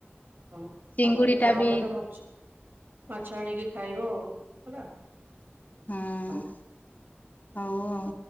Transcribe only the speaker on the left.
ଚିଙ୍ଗୁଡି
ଟା ବି
ହୁଁ
ହଉ ଆଉ।